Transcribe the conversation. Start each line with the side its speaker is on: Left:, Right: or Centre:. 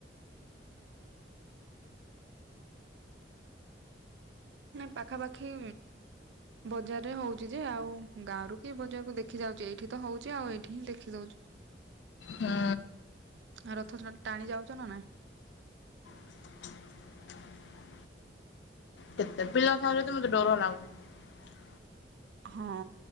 Right: ନାଇଁ ପାଖାପାଖି ବଜାରରେ ହଉଛି ଯେ, ଆଉ ଗାଁରୁ କିଏ ବଜାରକୁ ଦେଖି ଯାଉଛି। ଏଇଠି ତ ହଉଛି ଆଉ ଏଇଠି ହିଁ ଦେଖି ଦଉଚୁ।
Left: ହଁ।
Right: ଆ ରଥ ଟ ଟାଣି ଯାଉଛ ନା ନାଇଁ?
Left: <inaudible> କେତେ ପିଲା ଥାଉଚନ୍ତି, ମତେ ଡର ଲାଗୁଛି।
Right: ହଁ,